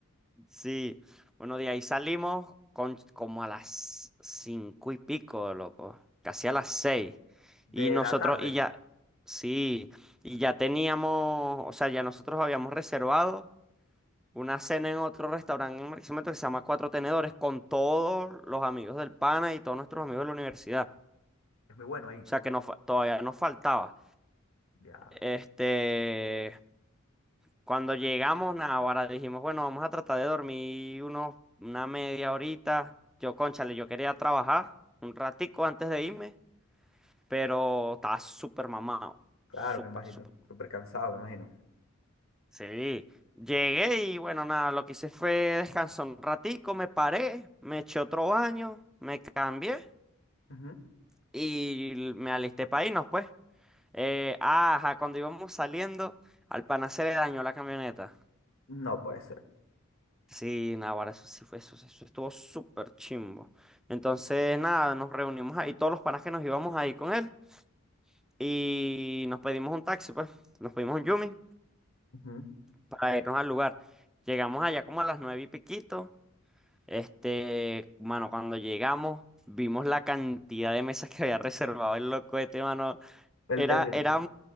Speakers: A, in the centre; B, on the left.
A: Sí, bueno, de ahí salimos con, como a las cinco y pico, loco, casi a las seis.
B: De
A: Y nosotros,
B: la tarde.
A: y ya, sí, y
B: Mm,
A: ya teníamos, o sea, ya nosotros habíamos reservado una cena en otro restaurante en Barquisimeto que se llama Cuatro Tenedores con todos los amigos del pana y todos nuestros amigos de la universidad.
B: Es muy bueno ahí.
A: O sea, que nos, fa- todavía nos faltaba.
B: Diablo.
A: Este, Cuando llegamos, nah, ahora dijimos, bueno, vamos a tratar de dormir unos, una media horita. Yo, cónchale, yo quería trabajar un ratico antes de irme, pero estaba súper mamado.
B: Claro,
A: Súper,
B: me imagino.
A: súper.
B: Súper cansado, me imagino.
A: Sí. Llegué y bueno, nada, lo que hice fue descansar un ratico, me paré, me eché otro baño, me cambié
B: Ujú.
A: y l- me alisté para irnos, pues. Eh, ah, ajá, cuando íbamos saliendo, al pana se le dañó la camioneta.
B: No puede ser.
A: Sí, Naguará, eso sí fue, eso, eso estuvo súper chimbo. Entonces, nada, nos reunimos ahí, todos los panas que nos íbamos ahí con él, y nos pedimos un taxi, pues, nos pedimos un Yumi
B: Ujú.
A: para irnos al lugar. Llegamos allá como a las nueve y piquito. Este, mano, cuando llegamos, vimos la cantidad de mesas que había reservado el loco este, mano.
B: El,
A: Era,
B: el,
A: era